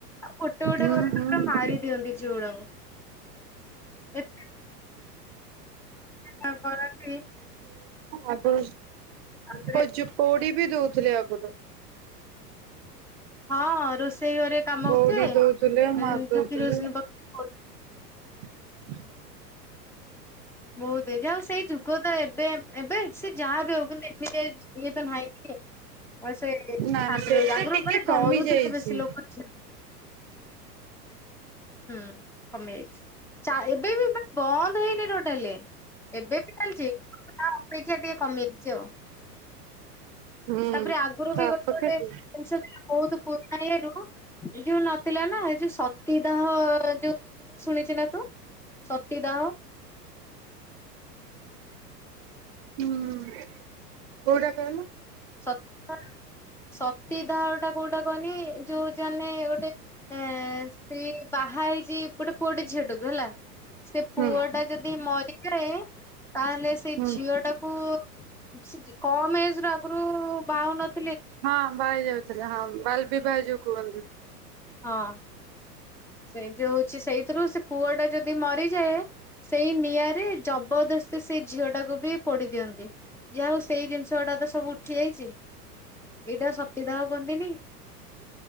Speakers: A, in the centre; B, on the right.
A: ଆଉ ଗୋଟେ ଗୋଟେ
B: ହୁଁ
A: ଘରେ
B: ହୁଁ
A: ତାପରେ ମାରିଦିଅନ୍ତି ଝିଅଗୁଡାଙ୍କୁ। ଏ ହଁ। ଆଉ କରନ୍ତି
B: ଆଦୌ
A: ତାପରେ
B: ତ ଯୋଉ ପୋଡିୀ ବି ଦୋଉଥୁଲେ ଆଗରୁ।
A: ହଁ ରୋଷେଇ ଘରେ କାମ
B: ପୋଡି
A: କରୁଥୁବେ
B: ଦଉଥିଲେ ମାରି
A: ଅଁ
B: ଦଉଥିଲେ
A: ଯୋଉ କିରୋସିନ ପକେଇ। <inaudible>
B: ହୁଁ।
A: ମୋ ଦେଇ ଯହାହୋଉ ସେଇ ଯୁଗ ତ ଏବେ ଏବେ ସେ ଯାହା ବି ହୋଉ କିନ୍ତୁ ଏମିତିଆ ଇଏ। ତା ଭାଇ ଆଉ ସେ ଶାନ୍ତି
B: ନା ନା ସେତେ
A: ରହୁଚି ଆଗରୁ
B: ଟିକେ
A: ମାନେ
B: କମି
A: ଡରୁଥିଲେ
B: ଯାଇଛି।
A: ବେଶୀ ଲୋକ ଝି ହୁଁ କମିଯାଇଚି ଚା ଏବେ ଏବେ ମାନେ ବନ୍ଦ ହେଇନି ଟୋଟାଲେ ଏବେ ବି ଚାଲଚି ତା ଅପେକ୍ଷା ଟିକେ କମିଯାଇଚି ଆଉ
B: ହୁଁ
A: ତାପରେ ଆଗରୁ
B: ପାଖାପାଖି
A: ବି ଗୋଟେ ଗୋଟେ
B: ହୁଁ
A: ଜିନିଷ ଥିଲା ବହୁତୁ ପ କାୟାରୁ ଏଇଯୋଉ ନଥିଲା ନା ଏଇଯୋଉ ଶତି ଦାହ ଯୋଉ ଇଏଟା ଶୁଣିଚୂ ନା ତୁ ସତୀଦାହ।
B: ହୁଁ କୋଉଟା କହୁନୁ।
A: ସତ ସତୀଦାହଟା କୋଉଟା କହନି ଯୋଉ ଜନେ ଗୋଟେ ଏଁ ସ୍ତ୍ରୀ ବାହାହେଇଚି ଗୋଟେ ପୁଅଟେ ଝିଅଟେକୁ ହେଲା ସେ
B: ହୁଁ
A: ପୁଅଟା ଯଦି ମରିଯାଏ ତାହେଲେ ସେଇ
B: ହୁଁ
A: ଝିଅଟାକୁ ସେ ଯେ କମ ଏଜର ରୁ ବାହା ହୋଉ ନ
B: ହଁ ବାହା ହେଇଯାଉଥିଲେ ହଁ ବାଲବିବାହ ଏଇଯୋଉ କୁହନ୍ତି।
A: ହଁ। ସେଇ ଯୋଉ ହଉଛି ସେଇଥିରୁ ସେ ପୁଅଟା ଯଦି ମରିଯାଏ ସେଇ ନିଆଁରେ ଜବରଦସ୍ତି ସେ ଝିଅଟାକୁ ବି ପୋଡି ଦିଅନ୍ତି ଯାହା ହଉ ସେଇ ଜିନିଷଟା ତ ସବୁ ଉଠି ଯାଇଛି। ଏଇଟା ସତିଦା ହଉ କରିଦେବି